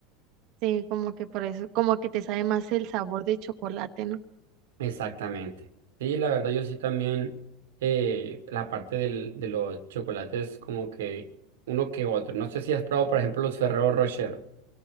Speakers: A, on the right (about 55°); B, on the right (about 85°).
A: sí, como que por eso, como que te sabe más el sabor de chocolate, ¿no?
B: Exactamente. Sí, la verdad yo sí también eh, la parte del, de los chocolates como que uno que otro. No sé si has probado, por ejemplo, los Ferrero Rocher.